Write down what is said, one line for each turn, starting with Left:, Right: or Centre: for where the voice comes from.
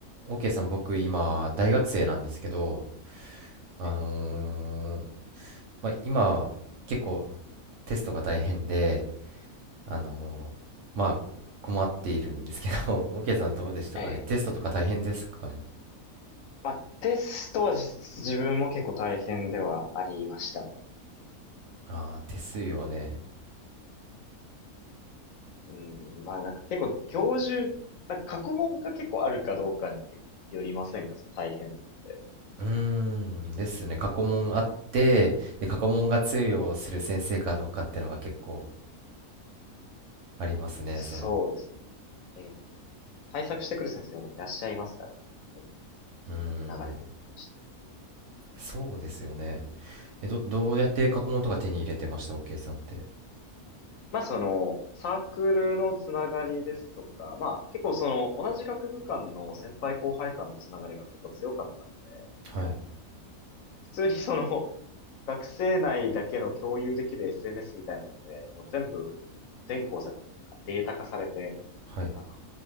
Right: OK さん、僕今、大学生なんですけど、あのー
Left: ええ。
Right: まあ、今、結構テストが大変で、あのーまあ、困っているんですけど、<laughs> OK さんどうでしたかねテストとか大変ですかね
Left: ええまあ、テストはじ自分も結構大変ではありましたね。結構
Right: ああー、ですよね。
Left: なんか、うん、まあなんか結構教授、なんか過去問が結構あるかどうかに結構よりませんか、その大変度って。
Right: うーん、ですね。過去問あって、で、過去問が通用する先生かどうかっていうのが結構ありますね、
Left: そうですね。
Right: その。
Left: ええ。対策してくる先生もいらっしゃいますからね、過去問
Right: うん、うーん
Left: 流れてることを知って。
Right: そうですよね。え、ど、どうやって過去問とか手に入れてました ?OK さんって。
Left: まあその、サークルのつながりですとか、まあ結構その、同じ学部間の先輩後輩間のつながりが結構強かったので、なんか、
Right: はい。
Left: 普通にその、学生内だけの共有できる SNS みたいなので、もう全部、全工作をなんかデータ化されて、
Right: はい。
Left: あの、